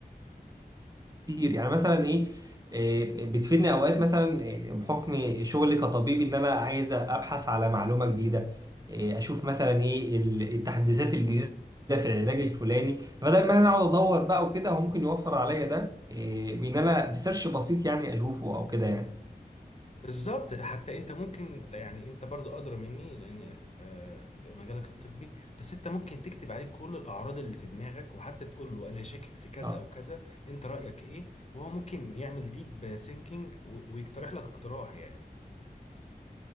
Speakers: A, on the right; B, on the left.
A: كتير يعني مثلا ايه إيه، بتفيدني اوقات مثلا إيه، بحكم شغلي كطبيب ان انا عايز ابحث على معلومه جديده إيه، اشوف مثلا ايه ال- التحديثات الجديده في العلاج الفلاني فبدل ما انا اقعد ادور بقى وكده هو ممكن يوفر عليا ده إيه، بان انا بسيرش بسيط يعني اشوفه او كده يعني
B: بالظبط حتى انت ممكن يعني انت برضو ادرى مني لان في في مجالك الطبي بس انت ممكن تكتب عليه كل الاعراض اللي في دماغك وحتى تقول له انا شاكك في كذا
A: اه
B: او كذا انت رايك ايه وهو ممكن يعمل ديب سينكينج ويقترح لك اقتراح يعني